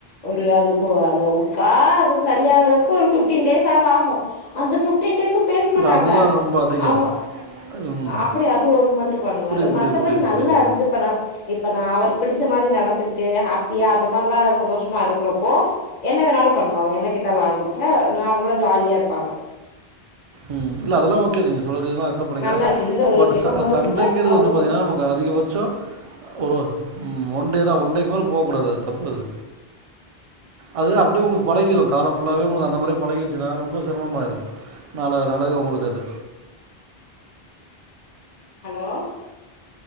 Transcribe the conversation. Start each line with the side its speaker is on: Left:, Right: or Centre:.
Left: ஒரு அது கோ அத உட்கா அது சரியாகுறதுக்கு ஒரு பிப்டீன் டேஸாது ஆகு அந்த பிப்டின் டேஸு பேச
Right: இல்லை
Left: மாட்டாங்க
Right: அதெல்லாம் ரொம்ப அதிகம்
Left: அவுங்க
Right: ம்
Left: அப்டியா அது ஒரு மட்டு‌ பண்ணுவாரு
Right: புரியுது புரியுது
Left: மத்தபடி
Right: புரியுது
Left: நல்லா
Right: புரியுது
Left: இருந்து பண்ணா இப்ப நா அவுருக்கு புடிச்ச மாரி நடந்துகிட்டு ஹாப்பியா அந்த மாரிலா சந்தோஷமா இருக்கறப்போ என்ன வேணாலு பண்ணுவாங்க என்ன கேட்டாலு வாங்கி குடுப்பாங்க நார்மலா ஜாலியா இருப்பாங்க
Right: ம் இல்ல அதல்லா ஓகே நீங்க சொல்றது எல்லா அக்சபட் பண்ணிகிறே
Left: நல்லா இந்த ஒரு
Right: பட்
Left: கேட்கும்போது
Right: சண்டங்கிறது
Left: மட்டு அவரு
Right: வந்து பாத்தீங்கன்னா நமக்கு அதிகபட்சோ ஒரு ம் ஒன்டேதா ஒன்டேக்கு மேல போ கூடாது அது தப்பு அது அது அப்டியே உங்களுக்கு பழகிரு காலம் புல்லாவே உங்களுக்கு அந்த மாரியே பழகிருச்சுனா ரொம்ப சிரமமாயிரு நாளக நாளாக உங்களுக்கு அது
Left: ஹலோ